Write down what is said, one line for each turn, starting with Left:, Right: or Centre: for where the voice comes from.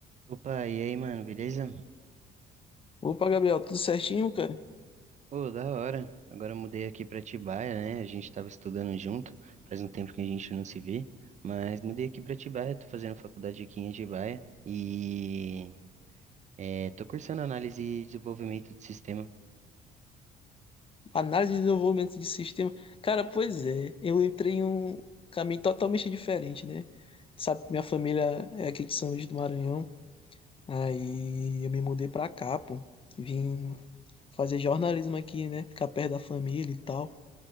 Right: Opa, e aí, mano, beleza?
Left: Opa, Gabriel, tudo certinho, cara?
Right: Pô, da hora. Agora eu mudei aqui pra Atibaia, né? A gente tava estudando junto, faz um tempo que a gente não se vê, mas mudei aqui pra Atibaia, tô fazendo faculdade aqui em Atibaia e eh, tô cursando análise e desenvolvimento de sistemas.
Left: Análise de desenvolvimento de sistema. Cara, pois é, eu entrei em um caminho totalmente diferente, né? Sabe, minha família é aqui de São Luís do Maranhão. Aí eu me mudei pra cá, pô. Vim fazer jornalismo aqui, né? Ficar perto da família e tal.